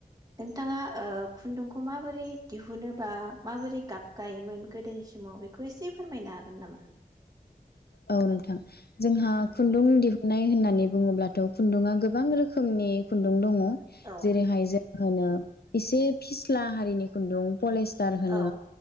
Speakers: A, on the right; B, on the left.
A: नोंथाङा ओ खुन्दुंखौ माबोरै दिहुनोबा माबोरै गाबगायोमोन गोदोनि समाव बेखौ एसे फोरमायनो हागोन नामा
B: औ नोंथां जोंहा
A: औ
B: खुन्दुं दिहुन नाय होननानै बुङोब्लाथ' खुन्दुङा गोबां रोखोमनि खुन्दुं दङ
A: औ
B: जेरैहाय जों होनो एसे फिस्ला हारिनि खुन्दुं पलेस्टार होनो
A: औ